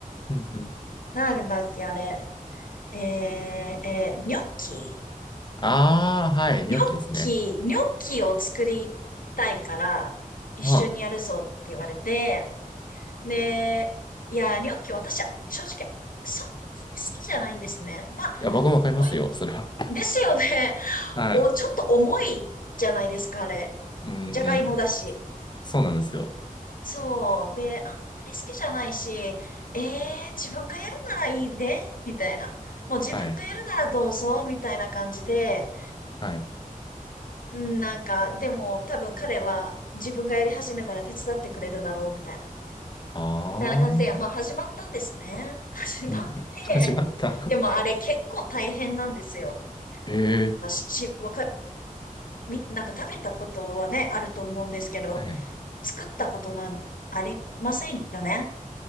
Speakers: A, on the left; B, on the left.
A: うんうん。
B: なんだっけ、あれ。えー、えー、ニョッキ。
A: ああ、はい。
B: ニョッキ、
A: 良きですね。
B: ニョッキを作りたいから、一緒にやるぞって言われて、
A: ああ。
B: で、いや、ニョッキ私は正直、そんなに好きじゃないんですね。まあ、
A: いや、僕もわかりますよ、
B: おい、
A: それは。
B: ですよね。<laughs>
A: はい。
B: お、ちょっと重いじゃないですか、あれ。
A: うんうん。
B: じゃがいもだし。
A: そうなんですよ。
B: そう。で、あんまり好きじゃないし、えー、自分がやるならいいで、みたいな。もう自分がやるならどうぞ、
A: はい。
B: みたいな感じで、
A: はい。
B: うん、なんか、でも多分彼は自分がやり始めたら手伝ってくれるだろう、みたいな。
A: あ
B: みたいな感じで、
A: あ。うん
B: まあ始まったんですね。<laughs> 始まって、
A: うん。始まった。<laughs>
B: でもあれ結構大変なんですよ。
A: ええ。
B: がし、わか、み、なんか食べたことはね、あると思うんですけど、
A: はい。
B: 作ったことなんありませんよね。